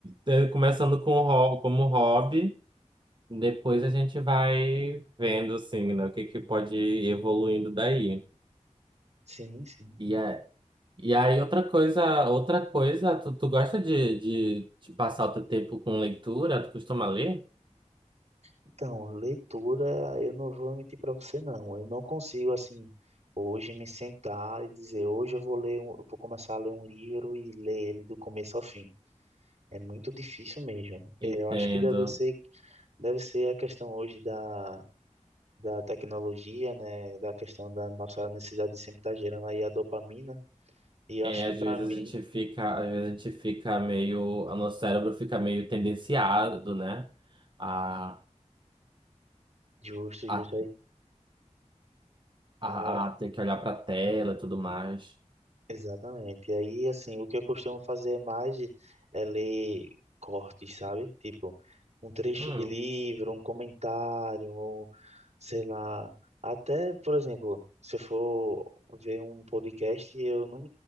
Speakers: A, on the right; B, on the right.
A: é, começando com o ho- como hobby. Depois a gente vai vendo, assim, né, o que que pode ir evoluindo daí.
B: Sim, sim.
A: E, é, e aí, outra coisa, outra coisa, tu, tu gosta de, de, de passar o teu tempo com leitura? Tu costuma ler?
B: Então, leitura, eu não vou mentir para você, não. Eu não consigo, assim, hoje me sentar e dizer, hoje eu vou ler, um- eu vou começar a ler um livro e ler ele do começo ao fim. É muito difícil mesmo.
A: Entendo.
B: É, eu acho que deve ser, deve ser a questão hoje da, da tecnologia, né, da questão da nossa necessidade de sempre estar gerando aí a dopamina E eu
A: É,
B: acho que
A: às
B: pra
A: vezes
B: mim,
A: a gente fica, às vezes a gente fica meio, o nosso cérebro fica meio tendenciado, né, a,
B: justo, justo
A: a,
B: aí.
A: a,
B: Ah,
A: a ter que olhar pra tela e tudo mais.
B: exatamente. E aí, assim, o que eu costumo fazer mais é ler cortes, sabe? Tipo, um trecho
A: Hum,
B: de livro, um comentário, ou, sei lá. Até, por exemplo, se eu for ver um podcast, eu não.